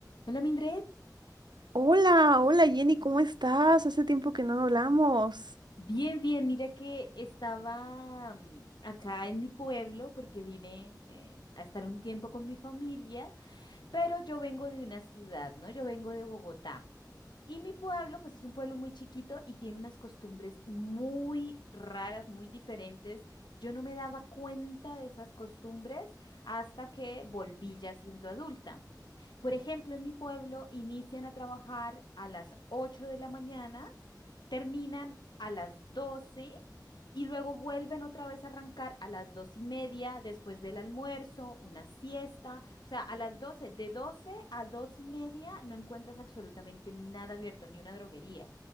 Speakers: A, on the left (about 80°); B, on the right (about 80°).
A: Hola Mildred,
B: Hola, hola Jenny, ¿cómo estás? Hace tiempo que no hablamos.
A: bien, bien, mira que estaba mm, acá en mi pueblo porque vine eh, a estar un tiempo con mi familia, pero yo vengo de una ciudad, ¿no? Yo vengo de Bogotá. Y mi pueblo, pues es un pueblo muy chiquito y tiene unas costumbres muy raras, muy diferentes. Yo no me daba cuenta de esas costumbres hasta que volví ya siendo adulta. Por ejemplo, en mi pueblo inician a trabajar a las 8 de la mañana, terminan a las 12 y luego vuelven otra vez a arrancar a las 2 y media después del almuerzo, una siesta. O sea, a las doce de 12 a 2 y media no encuentras absolutamente nada abierto, ni una droguería.